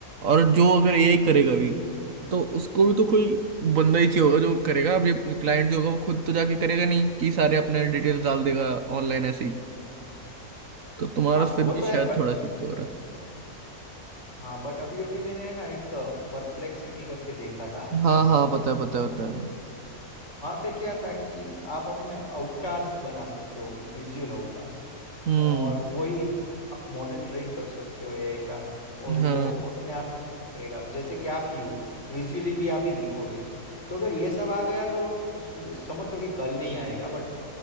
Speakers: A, on the right; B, on the left.
A: और जो अगर एआई करेगा भी तो उसको भी तो कोई बंदा ही चाहिए होगा जो करेगा अब ये क्लाइंट जो होगा वो खुद तो जाके करेगा नहीं कि सारे अपने डिटेल्स डाल देगा ऑनलाइन ऐसे ही तो तुम्हारा
B: हाँ
A: फिर
B: वो
A: भी
B: तो
A: शायद
B: है बट
A: थोड़ा सिक्योर हो रहा
B: हाँ बट अभी अभी मैंने है ना एक परप्लेक्सिटी करके देखा था
A: है हाँ
B: प्लेटफॉर्म
A: हाँ पता है पता है पता है
B: वहाँ पे क्या था कि आप अपने अवतार्स बना सकते हो मीन्स विजुअल अवतार्स
A: हम्म
B: और वही आप मॉडल ट्रेन कर सकते हो एआई का और वो
A: हाँ
B: अपने आप करेगा जैसे कि आप ही हो विजुअली भी आप ही दिखोगे तो अगर ये सब आ गया तो उस- समझ लो कि कल नहीं आएगा बट